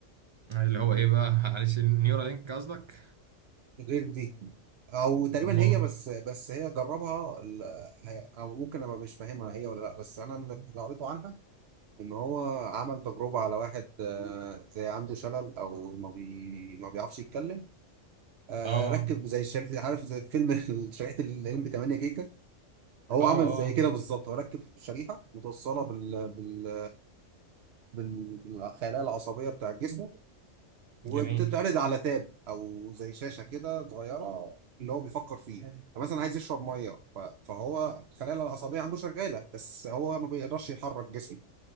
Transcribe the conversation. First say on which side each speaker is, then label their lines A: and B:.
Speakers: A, on the right; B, on the right.
A: اللي هو ايه بقى معلش نيورالينك قصدك
B: غير دي او تقريبا
A: امال
B: هي بس بس هي جربها ال- هي- أو ممكن ابقى مش فاهمها هي ولا لا بس انا اللي قريته عنها ان هو عمل تجربه على واحد آه، زي عنده شلل او ما بي ما بيعرفش يتكلم آه،
A: اه
B: ركب زي شريحه عارف زي فيلم <laughs> شريحه الام بي 8 جيجا هو
A: اه
B: عمل
A: اه
B: زي كده بالظبط هو ركب شريحه متوصله بال بال بال- بالخلايا العصبيه بتاع الجسم وبتتعرض
A: جميل
B: على تاب او زي شاشه كده صغيره اللي هو بيفكر فيه فمثلا عايز يشرب ميه ف- فهو الخلايا العصبيه عنده شغاله بس هو ما بيقدرش يحرك جسمه